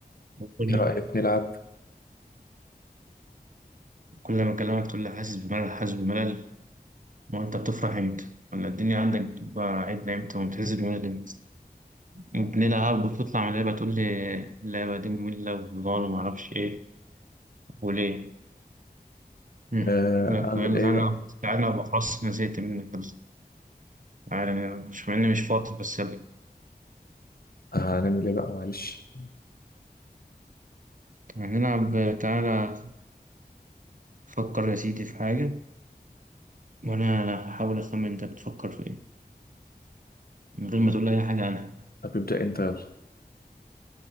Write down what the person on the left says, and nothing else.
ايه رايك نلعب
آه،
اعمل
ايه
بقى
آه، هنعمل ايه بقى معلش
طب ابدا انت يلا